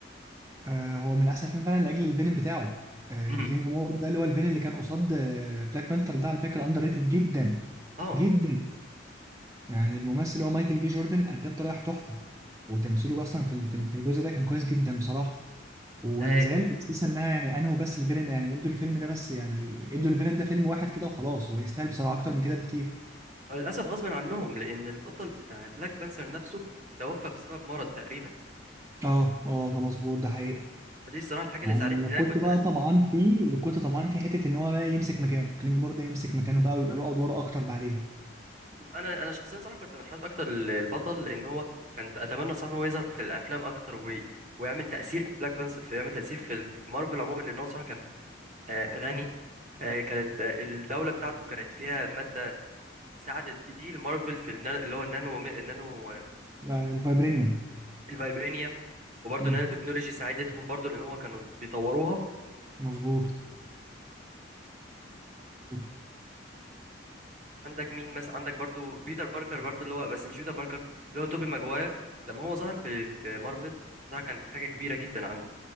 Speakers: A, on the right; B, on the right.
A: آه هو من احسن فيلم فعلا لاجل الفيلن بتاعه آه
B: امم
A: كلينج مور ده اللي هو الفيلن اللي كان قصاد آه بلاك بانثر ده على فكره اندر ريتد جدا
B: اه
A: جدا يعني الممثل اللي هو مايكل بي جوردن اداه بطريقه تحفه وتمثيله اصلا في ال- في ال- في الجزء ده كان كويس جدا بصراحه وانا
B: آه،
A: زعلت اساسا انها يعني انهوا بس الفيلن يعني ادوا الفيلم ده بس يعني ادوا الفيلن ده فيلم واحد كده وخلاص هو يستاهل بصراحه اكتر من كده بكتير
B: وللاسف غصب عنهم لان البطل بتاع بلاك بانثر نفسه توفى بسبب مرض تقريبا
A: اه اه ده مظبوط ده حقيقي
B: فدي الصراحة الحاجة اللي
A: يعني
B: زعلتني إن انا
A: كنت
B: كنت
A: بقى طمعان فيه اللي كنت طمعان فيه حته ان هو بقى يمسك مكانه كلينجمور ده يمسك مكانه بقى ويبقى له ادواره اكتر بعدين
B: انا انا شخصيا صراحه كنت منحاز اكتر للبطل لان هو كان اتمنى صراحه ان هو يظهر في الافلام اكتر وي... ويعمل تاثير في بلاك بانس في يعمل تاثير في ال- في مارفل عموما لان هو صراحه كان آه، غني آه، كانت آه، الدوله بتاعته كانت فيها ماده ساعدت كتير مارفل في النا... اللي هو النانو النانو آه،
A: ده الفايبرينيوم
B: الفايبرينيوم وبرضه
A: امم
B: النانو تكنولوجي ساعدتهم برضه لان هو كانوا بيطوروها
A: مظبوط مظبوط.
B: عندك مين مثلا عندك برضو بيتر باركر برضو اللي هو بس مش بيتر باركر اللي هو توبي ماجواير لما هو ظهر في في مارفل ده كان حاجه كبيره جدا عنده